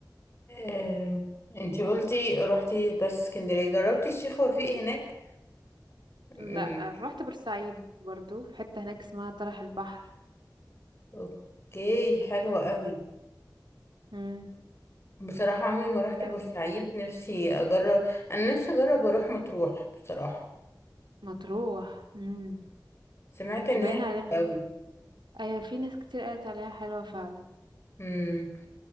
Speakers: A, on the left; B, on the right.
A: آه انتي قلتي روحتي بس اسكندرية جربتي الشيخ وفيق هناك من
B: لا رحت بورسعيد برضو في حتة هناك اسمها طرح البحر
A: اوكي حلو قوي
B: امم
A: بصراحة عمري ما رحت
B: جميلة.
A: بورسعيد نفسي اجرب انا نفسي اجرب اروح مطروح بصراحة
B: مطروح امم
A: سمعت
B: مش
A: ان
B: باين
A: هي حلوة
B: عليها
A: قوي
B: ايوه في ناس كتير قالت عليها حلوة فعلا
A: امم